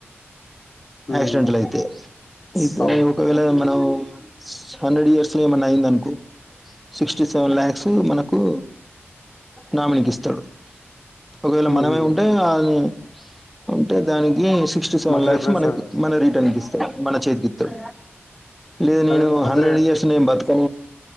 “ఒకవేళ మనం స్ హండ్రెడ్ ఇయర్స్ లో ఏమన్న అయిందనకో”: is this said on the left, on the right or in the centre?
Centre